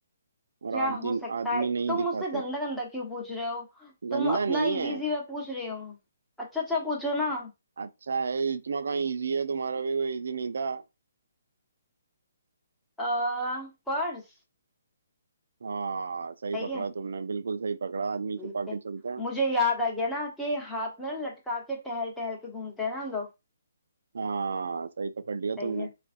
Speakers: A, on the right; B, in the centre.
A: और
B: क्या
A: आदमी
B: हो सकता
A: आदमी
B: है
A: नहीं
B: तुम
A: दिखाते
B: मुझसे गंदा गंदा क्यों पूछ रहे हो तुम
A: गंदा
B: अपना
A: नहीं
B: इजी
A: है
B: इजी मैं पूछ रही हूँ अच्छा अच्छा पूछो ना
A: अच्छा है इतना कहाँ इजी है तुम्हारा भी कोई इजी नहीं था
B: आ, पर्स
A: हाँ सही
B: सही
A: पकड़ा
B: है
A: तुमने बिल्कुल सही पकड़ा आदमी
B: ठीक
A: छुपा के
B: है
A: चलते हैं
B: मुझे याद आ गया ना कि हाथ में ना लटका के टहल टहल के घूमते हैं ना हम लोग
A: हाँ सही पकड़ लिया
B: सही
A: तुमने
B: है